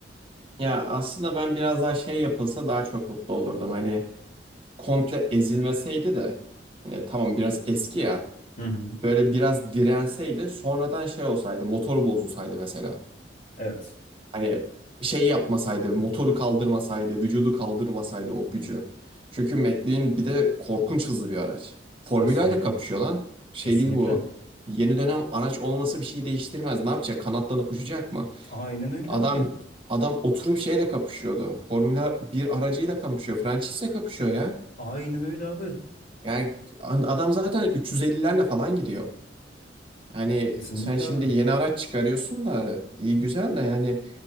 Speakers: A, on the right (about 30°); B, on the left (about 50°).
A: Ya aslında ben biraz daha şey yapılsa daha çok mutlu olurdum. Hani komple ezilmeseydi de hani tamam biraz eski ya.
B: Hı hı.
A: Böyle biraz direnseydi sonradan şey olsaydı motoru bozulsaydı mesela.
B: Evet.
A: Hani şey yapmasaydı, motoru kaldırmasaydı, vücudu kaldırmasaydı o gücü. Çünkü McLaren bir de korkunç hızlı bir araç. Formula
B: Kesinlikle.
A: ile kapışıyor lan. Şey
B: Kesinlikle.
A: değil bu. Yeni dönem araç olması bir şey değiştirmez. Ne yapacak? Kanatlanıp uçacak mı?
B: Aynen öyle
A: Adam
B: abi.
A: adam oturup şeyle kapışıyordu. Formula bir aracıyla kapışıyor. Francis'le kapışıyor ya.
B: Aynen öyle abi.
A: Yani an- adam zaten 350'lerle falan gidiyor. Hani
B: Kesinlikle
A: sen şimdi
B: abi.
A: yeni araç çıkarıyorsun da iyi güzel de yani